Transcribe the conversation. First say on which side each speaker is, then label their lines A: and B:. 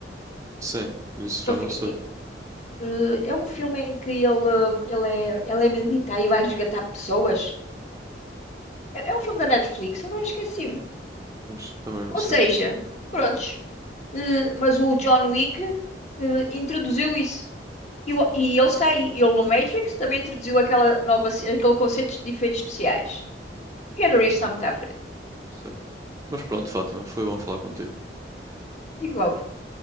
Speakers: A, on the right (about 20°); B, on the left (about 40°).
A: Sim, isso já
B: ele
A: não
B: fe-
A: sei,
B: que- eh, é um filme em que ele, ele, é, ele é militar e vai resgatar pessoas. É, é um filme da Netflix, agora esqueci-me.
A: mas também não
B: Ou
A: sei
B: seja,
A: o nome.
B: prontos, eh, mas o John Wick eh, introduziu isso. E, o- e ele está aí, ele no Matrix também introduziu aquela nova, ce- aquele conceito de efeitos especiais. Keanu Reeves
A: C-
B: está muito à frente,
A: Certo. Mas pronto, Fátima, foi bom falar contigo.
B: igualmente.